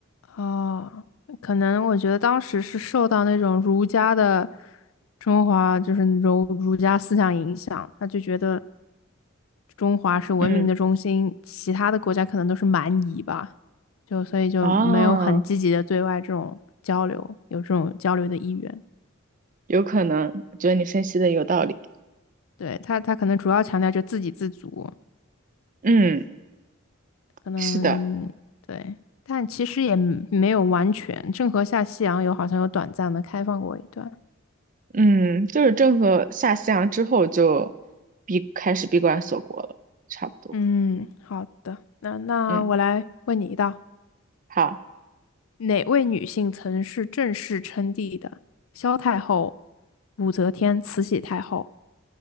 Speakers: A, on the left; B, on the right.
A: 哦，可能我觉得当时是受到那种儒家的中华，就是儒儒家思想影响，他就觉得中华是文明的中心，
B: 嗯，
A: 其他的国家可能都是蛮夷吧，就所以就没有很积极的对外这种交流，
B: 哦，
A: 有这种交流的意愿。
B: 有可能，我觉得你分析的有道理。
A: 对，他，他可能主要强调就自给自足，
B: 嗯，
A: 可能对，
B: 是的。
A: 但其实也没有完全。郑和下西洋有好像有短暂的开放过一段。
B: 嗯，就是郑和下西洋之后就闭开始闭关锁国了，差不多。
A: 嗯，好的，那那我来问你一道：
B: 嗯，好，
A: 哪位女性曾是正式称帝的？萧太后、武则天、慈禧太后。